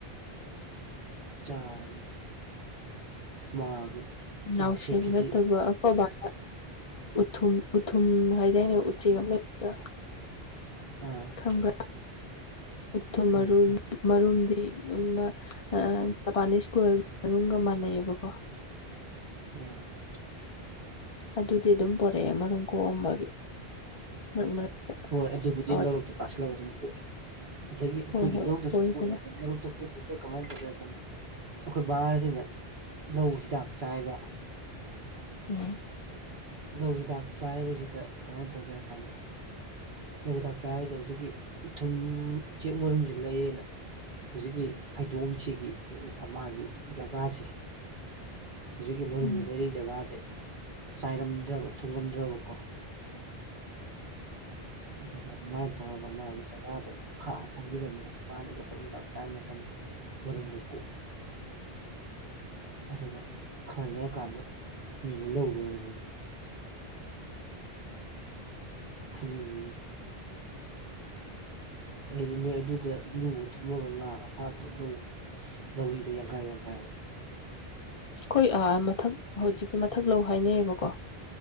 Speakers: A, on the right (about 55°); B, on the left (about 40°).
A: <inaudible> ꯃꯥꯒꯤ
B: ꯅꯥꯎꯁꯦꯛ
A: ꯅꯥꯎꯁꯦꯛꯀꯤꯗꯤ
B: ꯅꯠꯇꯕ ꯑꯩꯈꯣꯏꯕꯅ ꯎꯊꯨꯝ-ꯎꯊꯨꯝ ꯍꯥꯏꯗꯥꯏꯅꯦ ꯎꯆꯦꯛ ꯑꯃ ꯂꯩꯕꯗꯣ꯫
A: ꯑ
B: ꯈꯪꯕ꯭ꯔꯥ ꯎꯊꯨꯝ
A: ꯈꯪꯉꯤ
B: ꯃꯔꯨ
A: ꯈꯪꯉꯤ
B: ꯃꯔꯨꯝꯗꯤ ꯑꯃ ꯖꯄꯥꯅꯤꯁ ꯀꯣꯏꯜ ꯃꯔꯨꯡꯒ ꯃꯥꯟꯅꯩꯌꯦꯕꯀꯣ꯫
A: ꯑ꯫
B: ꯑꯗꯨꯗꯤ ꯑꯗꯨꯝ ꯄꯨꯣꯔꯛꯑꯦ ꯃꯔꯨꯝ ꯀꯣꯛꯑꯝꯕꯒꯤ <unintelligible>
A: ꯍꯣꯏ ꯑꯗꯨꯕꯨꯗꯤ
B: ꯍꯣꯏ
A: ꯂꯧꯔꯣꯛꯇ ꯇꯥꯁꯜꯂꯒ ꯑꯗꯨꯝ ꯀꯣꯛꯑꯦ꯫ ꯑꯗꯒꯤ ꯑꯩꯈꯣꯏꯒꯤ
B: ꯍꯣꯏ ꯍꯣꯏ
A: ꯂꯧꯗꯁꯨ
B: ꯀꯣꯏꯗꯅ
A: ꯀꯣꯛꯑꯦꯕ <unintelligible> ꯀꯣꯛꯄꯁꯤ ꯑꯘꯣ ꯀꯃꯥꯏꯅ ꯇꯧꯒꯦ ꯍꯥꯏꯀꯥꯟꯗ ꯑꯩꯈꯣꯏ ꯕꯥꯁꯤꯅ ꯂꯧ ꯍꯤꯗꯥꯛ ꯆꯥꯏꯕ
B: ꯎꯝ
A: ꯂꯧ ꯍꯤꯗꯥꯛ ꯆꯥꯏꯕꯁꯤꯗ ꯀꯃꯥꯏꯅ ꯇꯧꯒꯦ ꯍꯥꯏꯀꯥꯟꯗ ꯂꯧ ꯍꯤꯗꯥꯛ ꯆꯥꯏꯕꯁꯦ ꯍꯨꯖꯤꯛꯀꯤ ꯎꯊꯨꯝ ꯎꯆꯦꯛ ꯃꯔꯨꯝꯁꯤ ꯂꯩꯌꯦꯅ ꯍꯧꯖꯤꯛꯀꯤ ꯐꯩꯗꯣꯝꯁꯤꯒꯤ ꯃꯥꯒꯤ ꯖꯒꯥꯁꯦ ꯍꯧꯖꯤꯛꯀꯤ ꯃꯔꯨꯝꯗꯨ
B: ꯎꯝ
A: ꯂꯩꯔꯤ ꯖꯒꯥꯁꯦ ꯆꯥꯏꯔꯝꯗ꯭ꯔꯕ ꯊꯨꯡꯉꯝꯗ꯭ꯔꯕꯀꯣ
B: <inaudible>
A: ꯑꯗꯨꯒ ꯑꯗꯨꯃꯥꯏꯅ ꯇꯧꯔꯒ ꯃꯥꯒꯤ ꯖꯒꯥꯗ ꯈꯥꯛꯑ ꯊꯟꯕꯤꯔꯝꯃꯦ ꯃꯥꯅ ꯂꯧꯔꯤ ꯍꯤꯇꯥꯛ ꯆꯥꯏꯕ ꯃꯇꯝꯗ ꯃꯔꯨꯝꯗꯣ <unintelligible> ꯑꯗꯨꯒ ꯈꯔ ꯂꯩꯔꯀꯥꯟꯗ ꯃꯤꯅ ꯂꯧ ꯂꯩꯔꯝꯃꯤꯕ꯫
B: <inaudible>
A: <unintelligible> ꯑꯩꯗꯤ ꯅꯣꯏ ꯑꯗꯨꯗ ꯂꯨꯒ ꯊꯨꯝꯃꯒ ꯉꯥ ꯐꯥꯗ꯭ꯔꯣ ꯂꯧꯒꯤ꯫ ꯅꯧꯔꯤꯗꯨꯣ ꯌꯥꯡꯈꯥꯏ ꯌꯥꯡꯈꯥꯏꯔꯒ꯫
B: ꯑꯩꯈꯣꯏ ꯃꯊꯛ ꯍꯧꯖꯤꯛꯀꯤ ꯃꯊꯛ ꯂꯧ ꯍꯥꯏꯅꯩꯌꯦꯕꯀꯣ